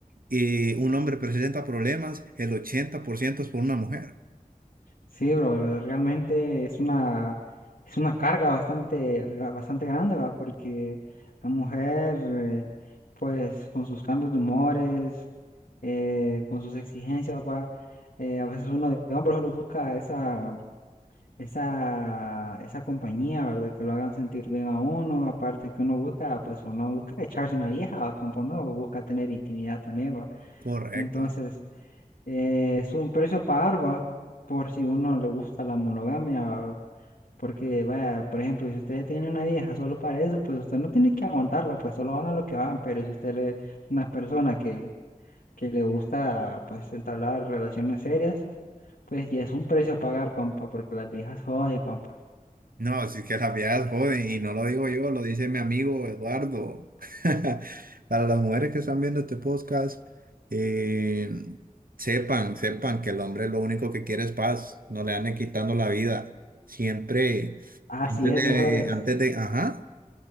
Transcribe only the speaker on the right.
eh, un hombre presenta problemas, el 80% es por una mujer?
Correcto.
No, si es que las viejas joden, y no lo digo yo, lo dice mi amigo Eduardo. <laughs> Para las mujeres que están viendo este podcast, eh, sepan, sepan que el hombre lo único que quiere es paz, no le anden quitando la vida. Siempre,
antes
de,
antes de, ajá.